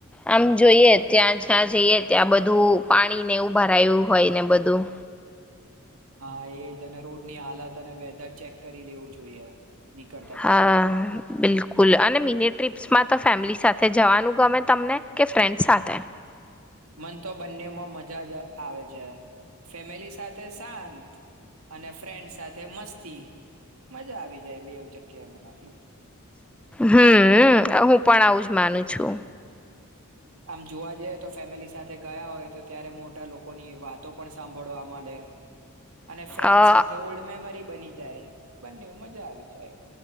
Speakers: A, in the centre; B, on the right.
A: આમ જોઈએ ત્યાં જ્યાં જઈએ ત્યાં બધું પાણી ને ઉભા રું હોય ને બધું
B: હા એજ અને રોડ ની હાલત અને વેધર ચેક કરી લેવું જોઈએ નીકળતા
A: હા
B: પેલા આપડે
A: બિલકુલ અને મિની ટ્ર્રીપ્સમાં તો ફેમિલી સાથે જવાનું ગમે તમને કે ફ્રેન્ડ સાથે
B: મન તો બંનેમાં મજા જ આવે છે ફેમિલી સાથે શાંત અને ફ્રેન્ડ સાથે મસ્તી મજા આવી જાય બે જગ ક્યા મને
A: હમ હું પણ આવું જ માનું છું
B: આમ જોવા જઈ તો ફેમિલી સાથે ગયા હોય તો ત્યારે મોટા લોકોની વાતો પણ સાંભળવા મળે અને ફ્રેન્ડ
A: અ
B: સાથે ઓલ્ડ મેમરી બની જાય બંને એવું મજા આવી જ એમ